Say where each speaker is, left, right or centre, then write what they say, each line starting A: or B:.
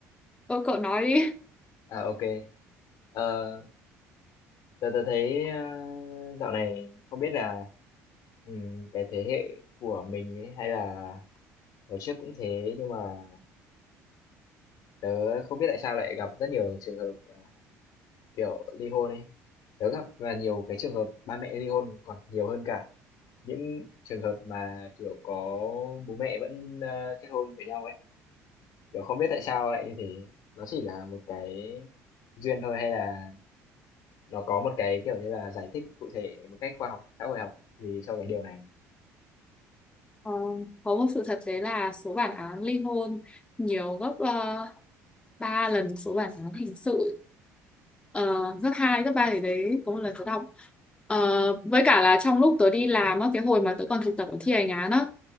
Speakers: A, on the left (about 15°); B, on the left (about 65°).
A: ôi cậu nói đi
B: à ok. Ờ, tớ tớ thấy ờ, dạo này không biết là Ừm, cái thế hệ của mình ấy, hay là hồi trước cũng thế nhưng mà tớ không biết tại sao lại gặp rất nhiều trường hợp à, kiểu ly hôn ấy. Tớ gặp là nhiều cái trường hợp ba mẹ ly hôn còn nhiều hơn cả những trường hợp mà kiểu có bố mẹ vẫn ờ, kết hôn với nhau ấy. Kiểu không biết tại sao lại như thế. Nó chỉ là một cái duyên thôi hay là nó có một cái kiểu như là giải thích cụ thể một cách khoa học, xã hội học gì cho cái điều này.
A: Ờ, có một sự thật đấy là số bản án ly hôn nhiều gấp uh, 3 lần số bản án hình sự uh, gấp 2, gấp 3 thì đấy có một lần tớ đọc Ờ, với cả là trong lúc tớ đi làm á, cái hồi mà tớ còn thực tập ở thi hành án á